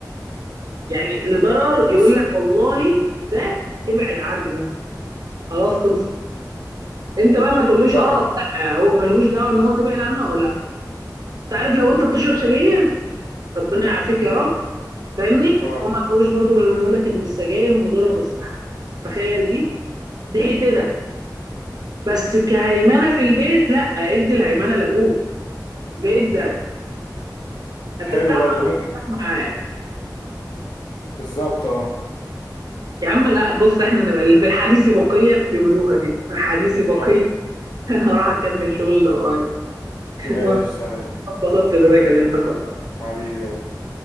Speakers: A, on the right; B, on the left.
A: يعني لضرر يقول
B: بس
A: لك والله ده ابعد عنه خلاص خلصت انت بقى ما تقولوش
B: فاهمة
A: اه لا هو ملهوش دعوه ان هو تبعد عنه او لا تعرف لو انت بتشرب سجاير ربنا يعافيك
B: مم.
A: يا رب فاهمني
B: اه
A: هو ما عملوش برضه غير انه يقول لك ان السجاير مضره بالصحه تخيل دي دي حتتك بس كهيمنه في البيت لا ادي الهيمنه لابوك جدا هترتاح
B: حلو برضو ممكن
A: معاه
B: بالظبط اه
A: يا عم لا بص احنا نبقى اللي في الحديث بقيه بيقولوها كده في الحديث بقيه
B: اه
A: <laughs> انا هروح اكمل شغل اللي ورايا <laughs>
B: ماشي
A: وانا
B: سلام
A: اتبسطت ان انا كلمتك والله
B: حبيبي يا باشا